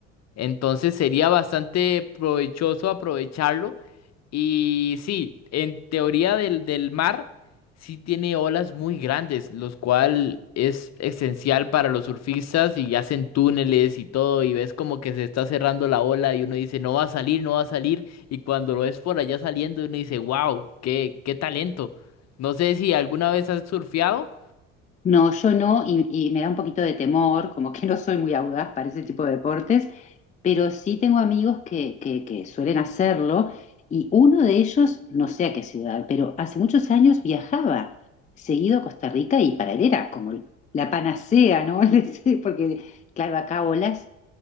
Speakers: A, on the left; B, on the left.
A: Entonces sería bastante provechoso aprovecharlo. Y sí, en teoría del, del mar, sí tiene olas muy grandes, los cual es esencial para los surfistas y hacen túneles y todo. Y ves como que se está cerrando la ola y uno dice, no va a salir, no va a salir. Y cuando lo ves por allá saliendo, uno dice, wow, qué, qué talento. No sé si alguna vez has surfeado.
B: No, yo no, y, y me da un poquito de temor, como que no soy muy audaz para ese tipo de deportes, pero sí tengo amigos que, que, que suelen hacerlo, y uno de ellos, no sé a qué ciudad, pero hace muchos años viajaba seguido a Costa Rica y para él era como la panacea, ¿no? <laughs> Le decía, Porque, claro, acá olas